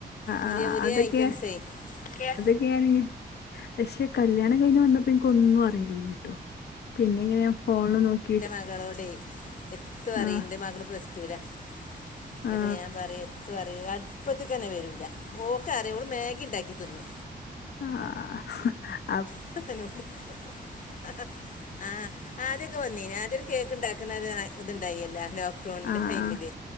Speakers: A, on the left; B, on the left.
A: പുതിയ
B: ആ
A: പുതിയ
B: അതൊക്കെ
A: ഐറ്റംസേ ക്കേ
B: <unintelligible> പക്ഷെ കല്യാണം കഴിഞ്ഞു വന്നപ്പോ എനിക്ക്‌ ഒന്നും അറിയില്ലരുന്നൂട്ടോ പിന്നെ എങ്ങനെയാ ഫോണ് നോക്കിട്ട്
A: മകളോടെ എത്ത് പറയും
B: ആ
A: എന്റെ മകള് പ്ലസ്ടൂലാ എന്നിട്ട്
B: ആ
A: ഞാൻ പറയും <unintelligible> പറയുക അടുപ്പത്തക്ക്‌ തന്നെ വരൂല്ല, ഓക്ക്‌ അറിയാം ഓള് മാഗി ഉണ്ടാക്കി തിന്നും.
B: ആഹ്
A: <unintelligible> ആഹ് ആദ്യൊക്കെ വന്നീന് ആദ്യ ഒരു കേക്ക് ഇണ്ടാക്കുന്ന ഇത്ണ്ടായില്ലോ? ലോക് ഡൗണിന്റെ
B: ആ
A: ടൈമില്
B: ആ